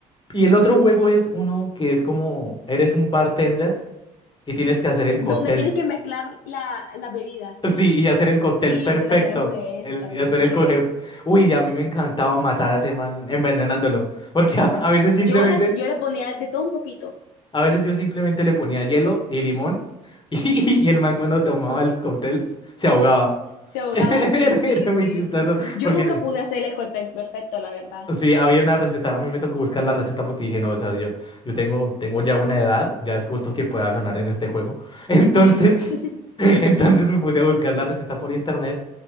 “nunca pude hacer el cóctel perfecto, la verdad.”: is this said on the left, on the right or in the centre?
Left